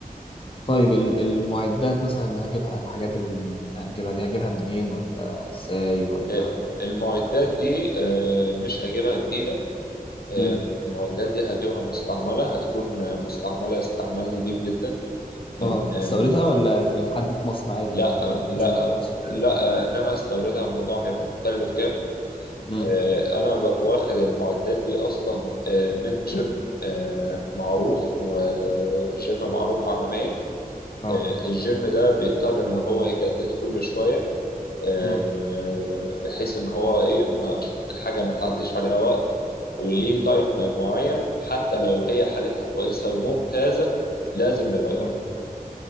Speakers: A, on the left; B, on the left.
A: طيب ال- المعدات مثلا اللي هجيبها الحاجات اللي هتجيبها دي هجيبها منين ولا ازاي ولا
B: آه، المعدات دي آه، مش هجيبها جديدة آه،
A: امم
B: المعدات دي هجيبها مستعملة هتكون آه، مستعملة استعمال نظيف جدا من
A: اه هتستوردها
B: آه، من-
A: ولا من حد في مصر عادي
B: لا
A: من
B: آه،
A: من
B: لا
A: جيم
B: آه،
A: في مصر
B: لا آه، ان انا استوردها الموضوع هيبقى مكلف جامد
A: امم
B: آه، انا ب- واخد المعدات دي اصلا آه، من جيم آه، معروف وجيم معروف عالميا
A: اه
B: آه، الجيم ده بيضطر ان هو يجدد كل شويه آه،
A: امم
B: بحيث ان هو ايه ما- الحاجه ما تعديش عليها وقت وليه تايم معين حتى لو هي حالتها كويسه وممتازه لازم يغير
A: امم